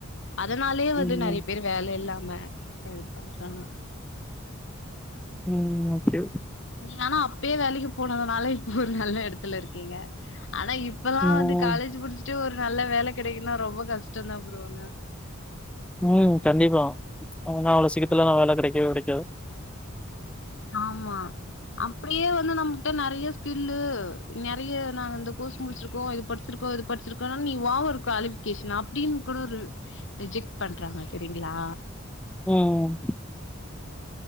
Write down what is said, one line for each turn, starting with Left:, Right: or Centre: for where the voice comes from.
Left: அதனாலயே வந்து
Centre: ம்
Left: நிறைய பேர் வேலை இல்லாம இது பண்றாங்க
Centre: ம் ஓகே
Left: நீங்க ஆனா அப்பயே வேலைக்கு போனதுனால இப்ப ஒரு நல்ல இடத்துல இருக்கீங்க ஆனா இப்பல்லா
Centre: ம்
Left: வந்து காலேஜ் முடிச்சுட்டு ஒரு நல்ல வேலை கிடைக்குனா ரொம்ப கஷ்டம்தா புரோ ஆண்ணா
Centre: உம் கண்டிப்பா அவுங்களுக்கு ல்லா அவ்வளவு சீக்கத்தலாம நா வேலை கிடைக்கவே கிடைக்காது
Left: ஆமா அப்டியே வந்து நம்மகிட்ட நெறைய ஸ்கில்லு நெறைய நாங்க இந்த கோர்ஸ் முடிச்சிருக்கோ இது படிச்சிருக்கோ இது படிச்சிருக்கோனாலும் நீ ஓவர் குவாலிபிகேஷன் அப்டின்னு கூட ஒரு ரிஜெக்ட் பண்றாங்க தெரியுங்களா
Centre: ம்